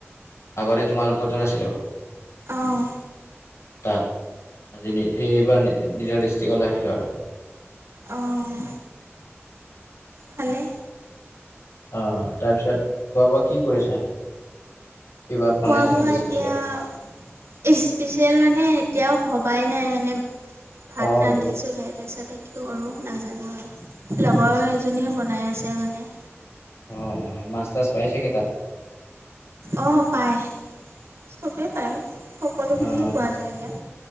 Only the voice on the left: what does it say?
আগতে তোমালোকৰ তাত আছিলো
তাত। আজি এইবাৰ নিজৰ ডিষ্ট্ৰিকলৈ আহিলোঁ আৰু। <inaudible>
আহ, তাৰপিছত খোৱা বোৱা কি কৰিছা? কিবা বনাইছে
নেকি
স্পেচিয়েল?
অঁ অঁ
অ' অ' মাছ তাছ পাই চাগৈ তাত
অঁ